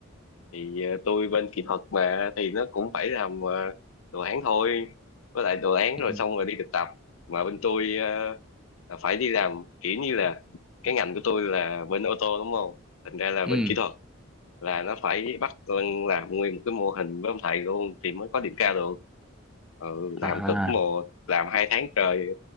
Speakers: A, on the left; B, in the centre.
A: Thì ờ, tôi bên kỹ thuật mà, thì nó cũng phải làm ờ, đồ án thôi. Với lại đồ án
B: ừ
A: rồi xong rồi đi thực tập. Mà bên tôi ờ, là phải đi làm kiểu như là cái ngành của tôi là bên ô tô đúng không? Thành ra là
B: ừ.
A: bên kỹ thuật là nó phải bắt con làm nguyên một cái mô hình với ông thầy luôn thì mới có điểm cao được. Ừ, làm
B: à,
A: cực mồ, làm hai tháng trời,